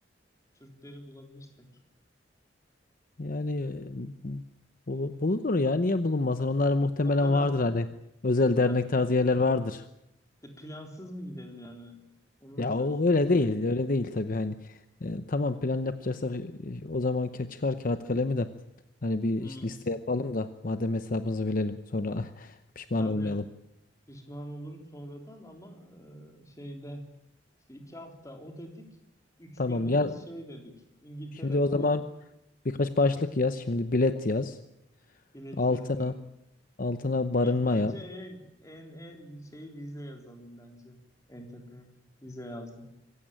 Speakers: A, on the left (about 20°); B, on the left (about 50°).
A: Türkleri bulabilirsek.
B: Yani e, bul- bulunur ya niye bulunmasın? Onlar muhtemelen
A: O kadar.
B: vardır hani özel dernek
A: Ha,
B: tarzı yerler vardır.
A: plansız mı gidelim yani? Onu
B: Ya
A: mu diyorsun
B: o
A: en
B: öyle
A: son?
B: değil, öyle değil tabii hani. E, tamam plan yapacaksak e, o zaman ka- çıkar kağıt kalemi de hani bir
A: Hmm,
B: iş liste yapalım da madem hesabımızı bilelim sonra <laughs> pişman
A: tabii.
B: olmayalım.
A: Pişman olurum sonradan ama e, şeyde işte iki hafta o dedik. Üç
B: Tamam
A: günde
B: ya
A: biz şey dedik. İngiltere
B: şimdi o
A: bu
B: zaman birkaç başlık yaz. Şimdi bilet yaz.
A: bileti
B: Altına
A: yazıyor.
B: altına barınma
A: Biz bence
B: yaz.
A: en en en şeyi vize yazalım bence. En tepeye vize yazdım.